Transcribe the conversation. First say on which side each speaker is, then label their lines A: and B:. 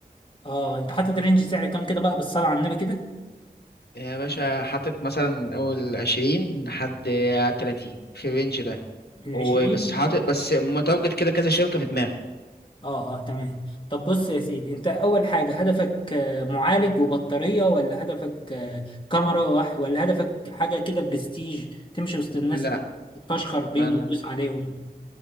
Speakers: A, on the left (about 30°); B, on the left (about 85°).
A: اه انت حاطط رينج سعر كام كده بقى بالصلاة على النبي كده؟
B: يعني يا باشا حاطط مثلا اول 20 لحد 30 في الرينج ده
A: من
B: وبس
A: 20
B: حاطط بس متواجد كده كذا شركة في دماغي
A: اه اه تمام طب بص يا سيدي انت اول حاجة هدفك آه، معالج وبطارية ولا هدفك آه، كاميرا وح- ولا هدفك حاجة كده برستيج تمشي وسط الناس
B: لا
A: تت- تتفشخر بيهم
B: ما انا
A: وتدوس عليهم؟